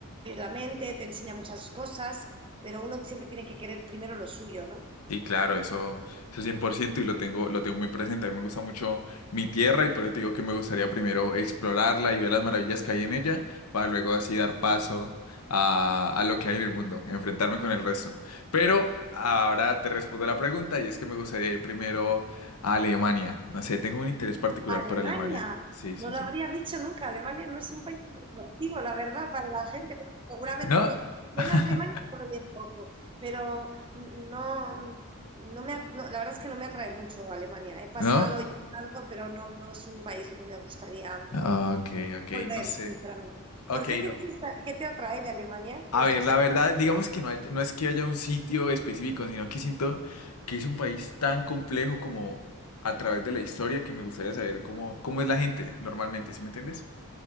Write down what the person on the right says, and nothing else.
la mente, te enseña muchas cosas, pero uno siempre tiene que querer primero lo suyo, ¿no?
Alemania,
no lo
habría dicho nunca. Alemania no es un país muy atractivo, la verdad, para la gente. Bueno, seguramente
que yo
en Alemania solo bien poco, pero no, no me, no, la verdad es que no me atrae mucho Alemania. He pasado
y he estado, pero no, no es un país donde me gustaría
volver,
sinceramente.
¿Por qué tienes
esta- qué te atrae de Alemania? ¿Qué
es
lo
que...